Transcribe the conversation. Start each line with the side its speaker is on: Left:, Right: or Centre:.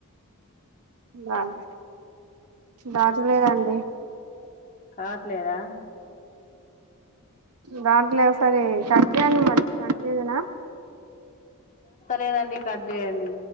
Right: బాగా దాటలేదండి
Left: కావట్లేదా
Right: దాంట్లే ఒకసారి కట్ చేయండి మరి కట్చేయనా
Left: లేదండి కట్ చేయండి